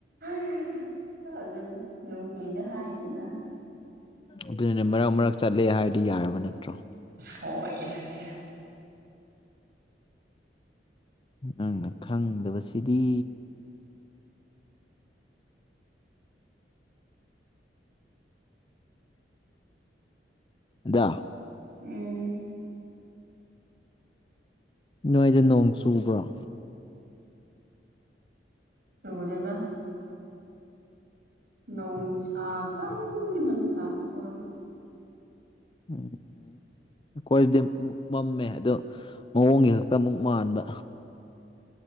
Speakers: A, on the right; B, on the left.
A: ꯑꯩ ꯑꯗꯨꯅꯤ ꯅꯨꯡꯇꯤꯗ ꯍꯥꯏꯗꯦꯗ
B: ꯑꯗꯨꯅꯅꯦ ꯃꯔꯛ ꯃꯔꯛ ꯆꯠꯂꯦ ꯍꯥꯏꯔꯗꯤ ꯌꯥꯔꯕ ꯅꯠꯇ꯭ꯔꯣ?
A: ꯍꯣꯏ ꯌꯔꯦ
B: ꯅꯪꯅ ꯈꯪꯗꯕꯁꯤꯗꯤ ꯑꯗꯣ
A: ꯎꯝ
B: chuii
A: ꯆꯨꯂꯦꯗ ꯣꯡꯁꯥ ꯀꯟꯅ ꯁꯥꯊꯣꯏ
B: ꯎꯝ ꯑꯩꯈꯣꯏꯗꯤ ꯑꯃꯨꯛ ꯃꯝꯃꯦ ꯑꯗꯣ ꯃꯑꯣꯡꯒꯤ ꯈꯛꯇ ꯑꯃꯨꯛ ꯃꯥꯟꯕ